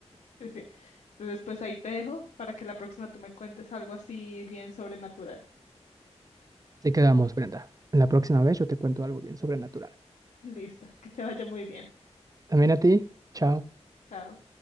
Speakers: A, on the left; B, on the right.
A: sí, sí. Entonces, pues ahí te dejo para que la próxima tú me cuentes algo así bien sobrenatural.
B: Así que vamos, Brenda. La próxima vez yo te cuento algo bien sobrenatural.
A: Listo, que te vaya muy bien.
B: También a ti. Chao.
A: Chao.